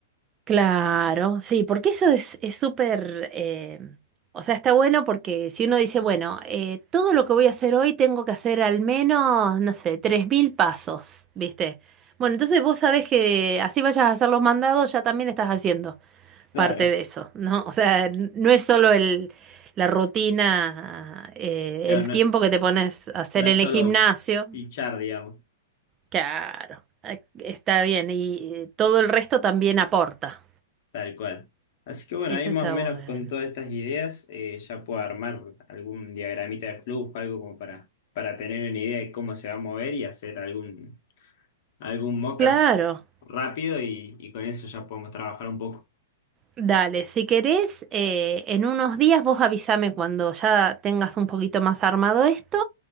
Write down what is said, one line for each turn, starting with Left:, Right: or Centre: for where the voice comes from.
Right: Claro, sí, porque eso es, es súper, eh, o sea, está bueno porque si uno dice, bueno, eh, todo lo que voy a hacer hoy tengo que hacer al menos, no sé, 3.000 pasos, ¿viste? Bueno, entonces vos sabés que así vayas a hacer los mandados, ya también estás haciendo
Left: Claro,
Right: parte de eso, ¿no? O sea, n- no es solo el, la rutina, eh,
Left: claro,
Right: el
Left: no,
Right: tiempo que te pones a hacer
Left: no es
Right: en
Left: solo
Right: el gimnasio,
Left: fichar, digamos.
Right: claro, eh, está bien, y eh, todo el resto también aporta,
Left: Tal cual. Así que bueno,
Right: eso
Left: ahí más
Right: está
Left: o menos
Right: bueno.
Left: con todas estas ideas eh, ya puedo armar algún diagramita de flujo, algo como para, para tener una idea de cómo se va a mover y hacer algún, algún mock-up
Right: Claro,
Left: rápido y, y con eso ya podemos trabajar un poco.
Right: dale, si querés, eh, en unos días vos avísame cuando ya tengas un poquito más armado esto